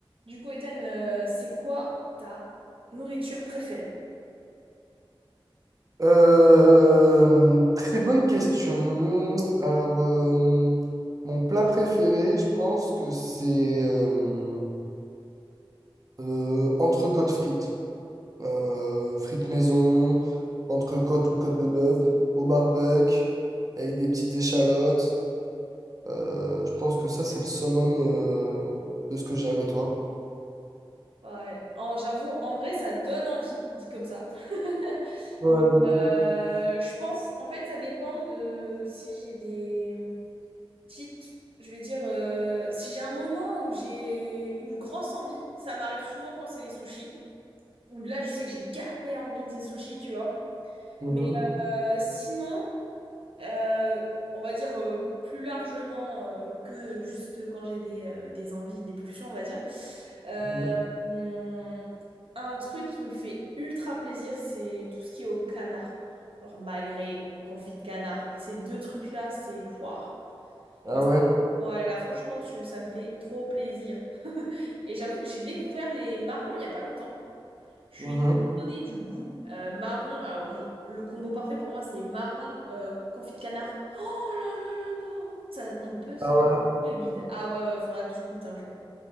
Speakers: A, on the right (about 75°); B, on the right (about 40°).
A: Du coup, Ethan, euh, c'est quoi ta nourriture préférée?
B: Euh, très bonne question. Alors, euh, mon plat préféré, je pense que c'est euh, euh, entrecôte frites. Euh, frites maison, entrecôte ou côte de bœuf, au barbecue, avec des petites échalotes. Euh, je pense que ça, c'est le summum euh, de ce que j'aime, et toi?
A: Ouais, en- j'avoue, en vrai, ça donne envie, dit comme ça. <laughs>
B: Ouais,
A: Mais
B: de ouf.
A: euh, je pense, en fait, ça dépend de si j'ai des petites, je vais dire, euh, si j'ai un moment où j'ai une grosse envie, ça m'arrive souvent quand c'est les sushis, où là, je sais que j'ai gavé envie des sushis, tu vois.
B: Mhm.
A: Mais euh, sinon. Euh, on va dire euh, plus largement euh, que juste quand j'ai des, euh, des envies, des pulsions, on va dire. Euh,
B: Mhm.
A: hum, un truc qui me fait ultra plaisir, c'est tout ce qui est au canard. Genre magret, confit de canard. Ces deux trucs-là, c'est... Waouh.
B: Ah
A: Moi, c'est-
B: ouais?
A: ouais, là, franchement, tu, ça me fait trop plaisir. <laughs> Et j'avoue que j'ai découvert les marrons il n'y a pas longtemps. Je suis
B: Mhm.
A: hyper étonnée du goût euh, marron. Alors, bon, le combo parfait pour moi, c'est marron euh, confit de canard. Oh là là là là! Ça, on peut se
B: Ah
A: faire
B: ouais.
A: le bide. Ah ouais, ouais, faudra que tu goûtes un jour.